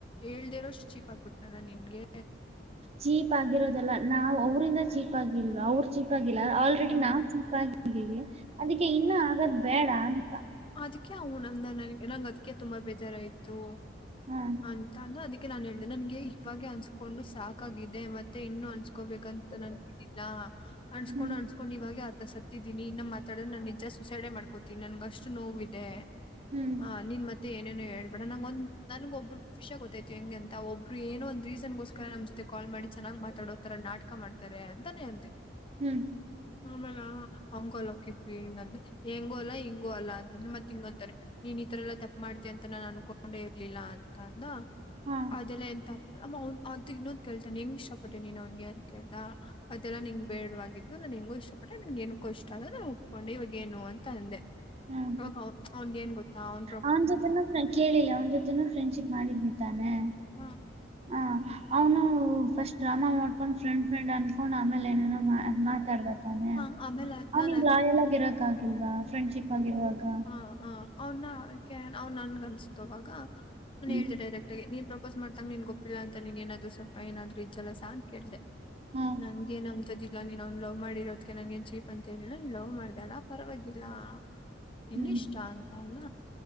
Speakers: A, on the left; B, on the right.
A: ಹೇಳ್ತಿರೋ ಅಷ್ಟು ಚೀಪ್ ಆಗ್ಬಿಟ್ಟುನಾ ನಾನು ನಿನ್ಗೆ
B: ಚೀಪ್ ಆಗಿರೋದಲ್ಲ ನಾವು ಅವರಿಂದ ಚೀಪ್ ಆಗಿಲ್ವ ಅವ್ರ ಚಿಪ್ ಆಗಿಲ್ಲ ಆಲ್ರೆಡಿ
A: ಹ್ಮ್
B: ನಾ ಚಿಪ್ ಆಗಿದ್ದೀವಿ ಅದಕ್ಕೆ ಇನ್ನು ಆಗದ್ ಬೇಡ ಅಂತ
A: ಅದಕ್ಕೆ ಅವನು ಅಂದ ನನಗೆ ನಂಗ ಅದಕ್ಕೆ ತುಂಬಾ ಬೇಜಾರಾಯ್ತು
B: ಹಾ
A: ಅಂತ ಅಂದ ಅದಕ್ಕೆ ಅದುಕ್ಕೆ ನಾನ್ ಹೇಳ್ದೆ ನನ್ಗೆ ಇವಾಗಿ ಅನ್ಸ್ಕೊಂಡು ಸಾಕಾಗಿದೆ ಮತ್ತೆ ಮತ್ತೆ ಇನ್ನುೂ ಅನ್ಸ್ಕೋಬೇಕಂತ ನನ್ಗಿಲ್ಲ ಅನ್ಸ್ಕೊಂಡ್
B: ಹ್ಮ್.
A: ಅನ್ಸ್ಕೊಂಡ್ ಇವಾಗೆ ಅರ್ಥಸತ್ತ ಹತಿದ್ದೀನಿ ಇನ್ನ ಮಾತಾಡೋ ನಾ ನಿಜ ಸುಸೈಡೆ ಮಾಡ್ಕೋತಿನಿ ನನ್ಗಷ್ಟು ನೋವ ಇದೆ
B: ಹ್ಮ್
A: ಹ ನಿನ್ ಮತ್ತೆ ಏನೇನು ಹೇಳ್ಬೇಡ ನಂಗ ಒಂದ್ ನನ್ಗ ಒಬ್ಬ ವಿಷಯ ಗೊತ್ತಾಯ್ತು ಹೆಂಗೆ ಅಂತ ಒಬ್ಬರು ಏನೋ ಒಂದ ರೀಸನ್ಗೋಸ್ಕರ ನಮ್ಮ ಜೊತೆ ಕಾಲ್ ಮಾಡಿ ಚೆನ್ನ್ ಮಾತಾಡೋತರ ನಾಟಕ ಮಾಡ್ತಾರೆ ಅಂತಾನೆ ಅ ಅಂದೆ
B: ಹ್ಮ್
A: ಆಮೇಲ ಹಂಗಲ್ಲ ಕಿಪ್ಪಿ ಎಂಗೋ ಅಲ್ಲ ಇಂಗು ಅಲ್ಲ. ಅಂತನೆ ಮತ್ ಹಿಂಗ್ ಅಂತನೆ ನ ನೀನ್ ಈತರ ಎಲ್ಲಾ ತಪ್ ಮಾಡ್ತೀಯಾ ಅಂತ ನಾನ್ ಅನ್ಕೊಂಡೆ ಇರ್ಲಿಲ್ಲ ಅಂತ ಅಂದ.
B: ಹಾ
A: ಅದೆಲ್ಲಾ ಎನ್ ತಪ್ ಅಮ್ಮ ಅವನ್ ಅಂತ್ ಇನ್ನೊಂದ ಕೇಳ್ತಾನೆ ಹೆಂಗ ಇಷ್ಟ ಪಟ್ಟೆ ನೀನ್ ಅವ್ನ್ಗೆ ಅಂತ ಕೇಳ್ದ. ಅದೆಲ್ಲಾ ನಿಂಗ್ ಬೇಡವಾಗಿದ್ದು ನನ್ ಹೆಂಗು ಇಷ್ಟ ಪಟ್ಟೆ ನನ್ಗೆ ಏನಕ್ಕೂ ಇಷ್ಟ ಆದ ನಾನು ಒಪ್ಕೊಂಡು ಇವಾಗ ಏನು ಅಂತ ಅಂದೆ.
B: ಹು
A: ಅವಾಗ ಅವ್ನ್ಗೆ ಏನ್ ಗೊತ್ತ ಅವನ್
B: ಅವನ್ ಜೊತೆನೂ ನಾನ್ ಕೇಳಿ ಅವನ ಜೊತೆನೂ ಫ್ರೆಂಡ್ಶಿಪ್ ಮಾಡಿದ್ನಿ ತಾನೆ.
A: ಹಾ
B: ಹ ಅವ್ನು ಫಸ್ಟ್ ಡ್ರಾಮಾ ಮಾಡ್ಕೊಂಡ್ ಫ್ರೆಂಡ್ ಫ್ರೆಂಡ್ ಅನ್ಕೊಂಡ್ ಆಮೇಲೆ ಏನೇನೋ ಮಾತಾಡ್ದ. ತಾನೆ
A: ಹಾ ಆಮೇಲೆ
B: ಅವ್ನಿಗ್
A: ನಾನು
B: ಲಾಯಲ್ ಆಗಿ ಇರಕ್ ಆಗಿಲ್ವಾ ಫ್ರೆಂಡ್ಶಿಪ್ ಆಗಿರುವಾಗ.
A: ಆ ಆ ಅವನ್ ನನ್ಗ ಅನ್ಸತು ಅವಾಗ ನಾನ್
B: ಹ್ಮ್
A: ಹೇಳ್ದೆ ಡೈರೆಕ್ಟ್ ಆಗಿ ನೀನ್ ಪ್ರಪೋಸ್ ಮಾಡ್ದಾಗ ನೀನ್ ಗೊಪ್ಪಿಲ್ಲ ಅಂತ ನೀನ್ ಏನಾದರು ಸ್ವಲ್ಪ ಏನಾದ್ರೂ ಜಲಸ ಅಂತ ಕೇಳ್ದೆ.
B: ಹಾ
A: ನಂಗೆನ್ ಅಂತದ್ ಜಿ ಇಲ್ಲ ನೀನ್ ಅವ್ನ್ ಲವ್ ಮಾಡಿರೋದ್ಕೆ ನನ್ ಏನ್ ಚೀಪ್ ಅಂತ ನಿಲ್ಲ ಲವ್ ಮಾಡ್ದಲ್ಲ ಪರವಾಗಿಲ್ಲ. ನಿನ್
B: ಹ್ಮ್
A: ಇಷ್ಟ ಅಂತ ಅಂದ್ನ.